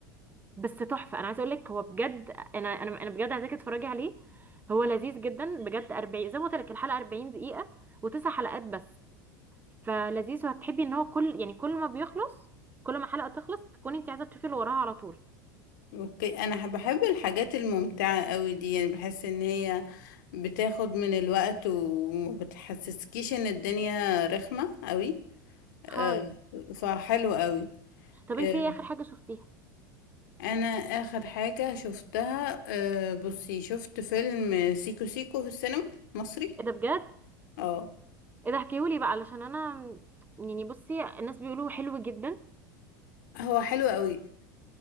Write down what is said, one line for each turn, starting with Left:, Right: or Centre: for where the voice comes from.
Right: بس تحفه انا عايزه اقول لك هو بجد انا انا انا بجد عايزاكي تتفرجي عليه هو لذيذ جدا بجد 40 زي ما قلت لك الحلقه 40 دقيقه وتسع حلقات بس فلذيذ وهتحبي ان هو كل يعني كل ما بيخلص كل ما حلقه تخلص تكوني انت عايزه تشوفي اللي وراها على طول
Left: اوكي انا ح- بحب الحاجات الممتعة قوي دي يعني بحس ان هي بتاخد من الوقت ومبتحسسكيش ان الدنيا رخمة قوي
Right: خالص
Left: آه، فحلو قوي
Right: طب
Left: آه،
Right: انت ايه اخر حاجه شفتيها
Left: انا اخر حاجة شفتها آه، بصي شفت فيلم سيكو سيكو في السينما مصري
Right: ايه ده بجد
Left: اه
Right: ايه ده احكيهولي بقى علشان انا يعني بصي الناس بيقولوا حلو جدا
Left: هو حلو قوي